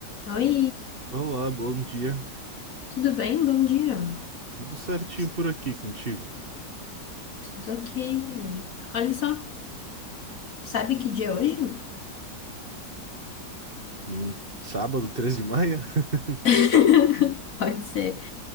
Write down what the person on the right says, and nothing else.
Olá, bom dia.
Tudo certinho
por aqui contigo?
Hum, sábado, 13 de maio? <laughs>